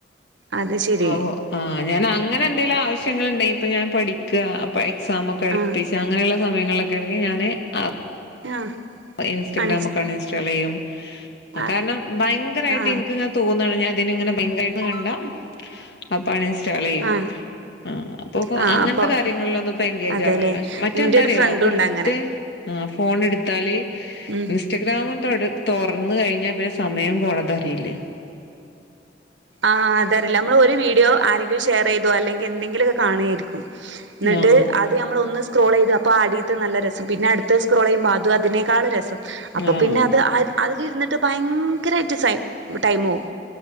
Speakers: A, on the right (about 85°); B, on the left (about 65°).
A: അത് ശരി
B: ആഹ് ഞാൻ അങ്ങനെ എന്തെിലും ആവശ്യങ്ങൾണ്ടെ ഇപ്പൊ ഞാൻ പഠിക്ക ഇപ്പ എക്സാമൊക്കെ അടുപ്പിച്ച്
A: ആഹ്
B: അങ്ങനെയുള്ള സമയങ്ങളിലൊക്കെണെങ്കിൽ ഞാന് ആ
A: ആഹ്
B: പ്പ ഇൻസ്റ്റാഗ്രാമൊക്കെ
A: അൻസ്
B: അൺ ഇൻസ്റ്റാൾ ചെയ്യും
A: ആ
B: കാരണം ഭയങ്കരായിട്ട്
A: ആ
B: ഇനിക്കിങ്ങനെ തോന്നാണ് ഞാൻ ഇതിനിങ്ങനെ ബെങ്കായിട്ട് കണ്ടാ അപ്പൊ അൺ ഇൻസ്റ്റാളെയ്യും
A: ആ
B: ആഹ് അപ്പൊപ്പോ
A: ആ
B: അങ്ങനത്തെ
A: അപ്പം
B: കാര്യങ്ങളിലൊന്നിപ്പൊ എൻഗേജ്
A: അതെല്ലേ
B: ആവണില്ലാ മറ്റെന്താറിയോ
A: എന്റെ ഒരു ഫ്രണ്ടുണ്ട്
B: വെറുതെ
A: അങ്ങനെ
B: ആ ഫോണെടുത്താല്
A: ഉം
B: ഇൻസ്റ്റഗ്രാമ് തൊട തൊറന്നെഴിഞ്ഞാൽ പിന്നെ സമയം പോണതറിയില്ല
A: ആഹ് അതറില്ല നമ്മള് ഒരു വീഡിയോ ആരെ ഷെയർ ചെയ്തോ അല്ലെങ്കിൽ എന്തെങ്കിലും ഒക്കെ കാണേരിക്കും എന്നിട്ട്
B: ആ
A: അത് അത് നമ്മൾ ഒന്ന് സ്ക്രോൾ ചെയ്ത് അപ്പോൾ അടീത്തെ നല്ല രസം പിന്നെടുത്തെ സ്ക്രോൾ ചെയ്യുമ്പോൾ അതും അതിനേക്കാൾ രസം അപ്പൊ
B: ആ
A: പിന്നെ അത് അതിലിരുന്നിട്ട് ഭയങ്കരായിട്ട് സൈ ടൈമോവും